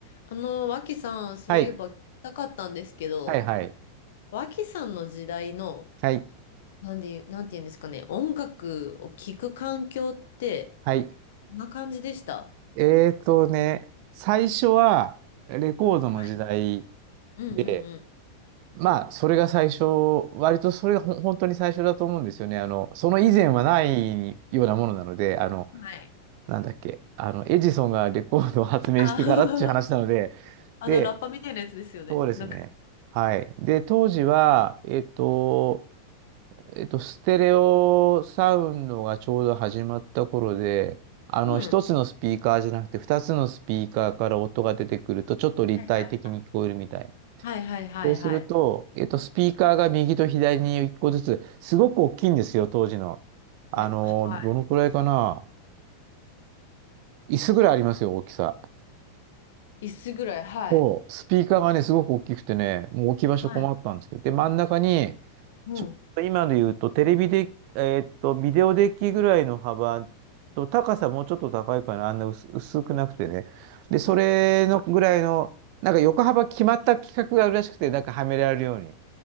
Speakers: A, on the left; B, on the right.
A: あの、脇さん、そういえば聞きたかったんですけど、
B: はい。はいはい。
A: 脇さんの時代の、
B: はい。
A: なんで、なんて言うんですかね、音楽を聴く環境って、
B: はい。
A: こんな感じでした
B: えーとね、最初はレコードの時代
A: はい。うんうんうん。
B: で、まあ、それが最初、割とそれがほん本当に最初だと思うんですよね。あの、その以前はないようなものなので、
A: うん
B: あの、
A: はい。
B: なんだっけ、あの、エジソンがレコードを発明してからっていう話なので、
A: あー <laughs> あの、
B: で、
A: ラッパみたいなやつですよね。
B: そうですね。
A: なんか、
B: はい。で、当時は、えっと、えっと、ステレオサウンドがちょうど始まった頃で、あの、
A: うん。
B: 一つのスピーカーじゃなくて、二つのスピーカーから音が出てくると、ちょっと立体的に聞こえるみたいな。
A: はいはいはいはいはいはい。
B: そうすると、えっと、スピーカーが右と左に一個ずつ、すごく大きいんですよ、当時の。あの、
A: え、はい。
B: どのくらいかな。椅子ぐらいありますよ、大きさ。
A: 椅子ぐらい、はい。
B: そう、スピーカーがね、すごく大きくてね、もう置き場所困ったんですけど、
A: はい。
B: で、真ん中に、
A: うん。
B: ちょっと今で言うと、テレビで、えーっと、ビデオデッキぐらいの幅と、高さもうちょっと高いかな、あんな薄、薄くなくてね。で、それのぐらいの、なんか横幅決まった規格があるらしくて、なんかはめられるように。